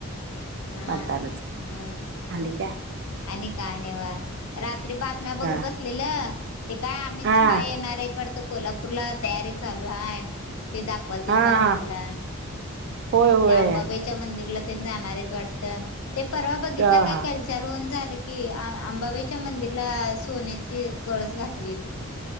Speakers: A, on the left (about 75°); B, on the right (about 50°).
A: हा
B: म्हणतानाच की
A: ब
B: आणि काय
A: आणि का नाय व रात्री बातम्या बघत
B: हा
A: बस केल ते काय आमित
B: हा
A: शहा येणार येत वाड कोल्हापुरला तयारी चालु हाय ते दाखवाल तीत
B: हा
A: बातम्याला
B: होय होय
A: त्या अंबाबाईच्या मंदिरला ते जाणारच वाटतं ते परवा बघितला
B: हा
A: काय कॅल विचारून झालं की आ आंबाबाईच्या मंदिरला सोन्याची कळस घातलीत.